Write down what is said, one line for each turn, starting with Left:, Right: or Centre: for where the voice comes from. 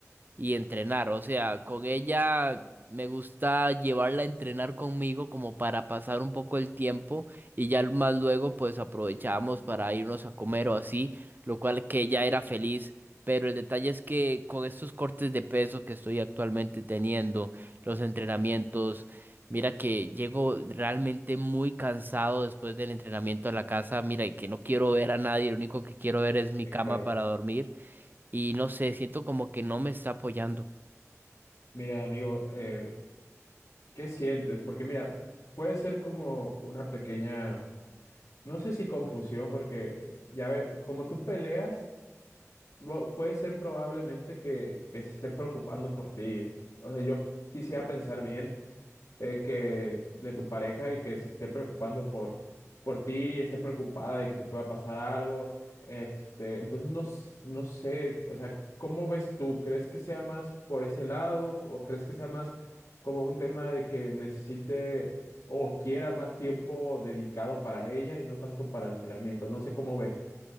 Right: y entrenar. O sea, con ella me gusta llevarla a entrenar conmigo como para pasar un poco el tiempo y ya más luego pues aprovechábamos para irnos a comer o así, lo cual que ella era feliz. Pero el detalle es que con estos cortes de peso que estoy actualmente teniendo, los entrenamientos, mira que llego realmente muy cansado después del entrenamiento a la casa, mira y que no quiero ver a nadie, lo único que quiero ver es mi
Left: Sí,
Right: cama
Left: claro.
Right: para dormir y no sé, siento como que no me está apoyando.
Left: Mira, amigo, eh, ¿qué sientes? Porque mira, puede ser como una pequeña, no sé si confusión, porque eh, ya ve- como tú peleas, pro- puede ser probablemente que, que se esté preocupando por ti. O sea, yo quisiera pensar bien, eh, que de tu pareja y que se esté preocupando por, por ti y esté preocupada de que te pueda pasar algo. Este, entonces no, s- no sé, o sea, ¿cómo ves tú? ¿Crees que sea más por ese lado o crees que sea más como un tema de que necesite o quiera más tiempo dedicado para ella y no tanto para el entrenamiento? No sé cómo ves.